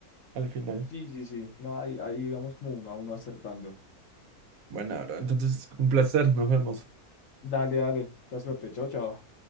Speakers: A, on the right; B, on the left.
A: al final.
B: Sí, sí, sí. No, ahí, ahí vamos como uno a uno acertando.
A: Bueno, bro, entonces un placer, nos vemos.
B: Dale, dale. La suerte. Chao, chao.